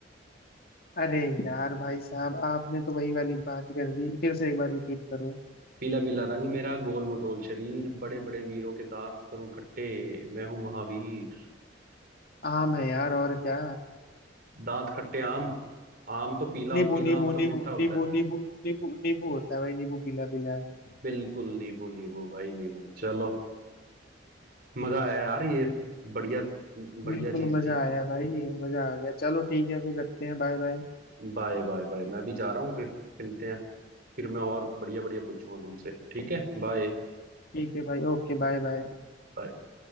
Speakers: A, on the left; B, on the right.
A: अरे यार भाई साहब आपने तो वही वाली बात कर दी फिर से एक बार रिपीट करो
B: पीला पीला रंग मेरा गोल मटोल शरीर बड़े बड़े वीरों के दांत करूं खट्टे मैं हूं महावीर
A: आम है यार और क्या
B: दांत खट्टे आम आम तो पीला
A: नींबू
B: पीला
A: नींबू
B: आम तो मीठा
A: नींबू
B: होता
A: नींबू
B: है
A: नींबू नींबू नींबू होता है भाई नींबू पीला पीला है।
B: बिल्कुल नींबू नींबू भाई नींबू चलो मजा आया यार ये बढ़िया बढ़िया
A: बिल्कुल
B: चीज
A: मजा
B: थी
A: आया भाई मजा आ गया चलो ठीक है फिर रखते हैं बाय बाय
B: बाय बाय बाय मैं भी जा रहा हूँ फिर मिलते हैं फिर मैं और बढ़िया बढ़िया पूछूंगा तुमसे ठीक है बाय
A: ठीक है भाई ओके बाय बाय
B: बाय